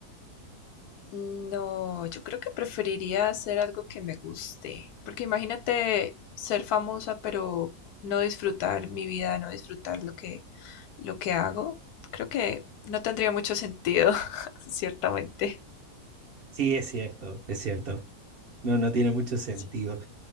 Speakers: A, on the left; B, on the right.
A: No, yo creo que preferiría hacer algo que me guste, porque imagínate ser famosa pero no disfrutar mi vida, no disfrutar lo que lo que hago. Creo que no tendría mucho sentido, <laughs> ciertamente.
B: Sí, es cierto, es cierto. No, no tiene mucho sentido.
A: Sí.